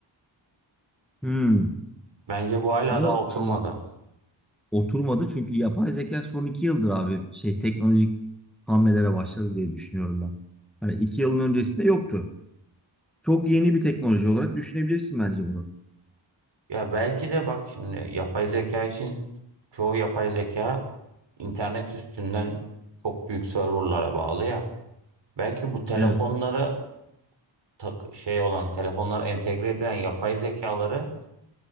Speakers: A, in the centre; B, on the right (about 65°).
A: hmm,
B: Bence bu hala
A: ama
B: daha oturmadı.
A: e, oturmadı çünkü yapay zeka son iki yıldır abi şey teknolojik hamlelere başladı diye düşünüyorum ben. Hani iki yılın öncesinde yoktu. Çok yeni bir teknoloji olarak düşünebilirsin bence bunu.
B: Ya belki de bak şimdi yapay zeka için çoğu yapay zeka internet üstünden çok büyük serverlara bağlı ya. Belki bu telefonlara
A: Evet.
B: tak, şey olan telefonlara entegre edilen yapay zekaları